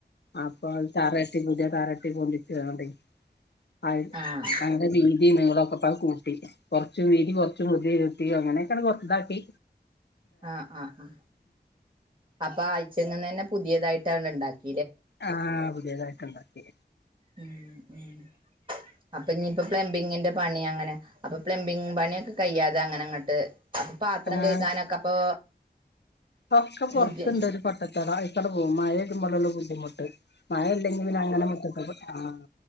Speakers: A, on the left; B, on the right.
A: അപ്പോ അത് തറ ട്ടി പുതിയ തറെട്ടി പൊന്തിച്ച് കാണ്ടേ <unintelligible>
B: ആഹ് ആഹ്
A: അങ്ങനെ ചെയ് ഈ നീളൊക്കെ ഇപ്പ കൂട്ടി കൊറച്ച് വീതി കൊറച്ച് <unintelligible> ചെത്തി അങ്ങനെയങ്ങ് കൊറച്ച് താക്കി
B: ആഹ് ആഹ് ആഹ് അപ്പാ ആയ്ച്ചെങ്ങന്നന്നെ പുതിയതായിട്ടവള് ണ്ടാകി
A: ആഹ് പുതിയതായി ക്കണ്ടാക്കി.
B: ഉം ഉം അപ്പൊ ഇഞ്ഞിപ്പ പ്ലംബിങ്ങിന്റെ പണി അങ്ങനെ അപ്പൊ പ്ലംബിങ് പണി ഒക്കെ കയ്യാ തെ അങ്ങനങ്ങട്ട് അപ്പം പാത്രം
A: ആഹ്
B: കഴുകാനൊക്ക അപ്പൊ
A: ഒക്കെ പൊറത്ത്ണ്ട്
B: ബുദ്ധി
A: ഒരു കൊട്ടത്തളം അയ്ക്കാണ്ട് പോവും. മഴജ്ജുമ്പളൊള്ളൂ ബുദ്ധിമുട്ട്. മഴ ഇല്ലെങ്കി പിന്നെ അങ്ങനെ മുറ്റത്ത് കൂ ആഹ്